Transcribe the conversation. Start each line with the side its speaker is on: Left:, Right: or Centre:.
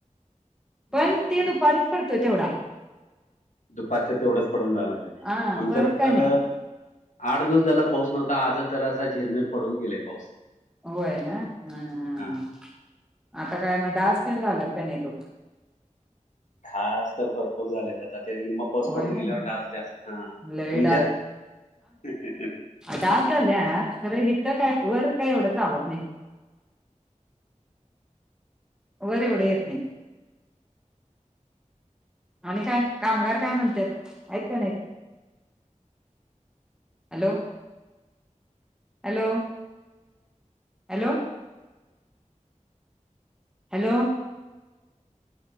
Left: हम्म.
Centre: पण ते दुपारीच पडतोय तेवढा
Left: दुपारचं तेवढंच पडून जायला लागले
Centre: हा
Left: आमच्यात
Centre: परत काय
Left: तर
Centre: नाही
Left: आठ दिवस झाला पाऊस नव्हता आजच जरा असा झिरमिर पडून गेले पाऊस
Centre: होय ना ह
Left: हा
Centre: आता काय मग डास येन झालात प नाही तू
Left: डास तर भरपूर झालेत आ पाऊस
Centre: होय
Left: पडून
Centre: का नाही
Left: गेल्यावर डास जास्त हा
Centre: लय
Left: तुमच्यात
Centre: डाग झाल्या खरं हिथं काय वर काय एवढंच आवत नाही. वर एवढं येत नाही. आणि काय कामगार काय म्हणतात आहेत काय नाहीत hello hello. Hello hello